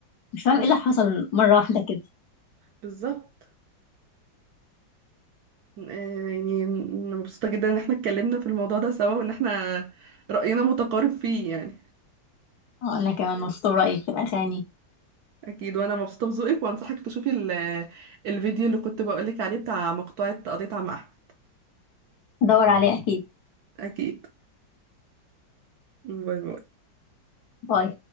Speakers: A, on the left (about 65°); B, on the right (about 70°).
A: مش فاهم
B: بز-
A: ايه اللي حصل مره واحده كده
B: بالظبط آه، يعني أنا مبسوطة جدا إن احنا اتكلمنا في الموضوع ده سوا وإن احنا رأينا متقارب فيه يعني
A: آه، انا كمان مبسوطه برايك في الاغاني
B: أكيد وأنا مبسوطة بذوقك وأنصحك تشوفي ال- الفيديو اللي كنت بقولك عليه بتاع مقطوعة قضيت عم أحمد
A: ادور عليه اكيد
B: أكيد باي باي
A: باي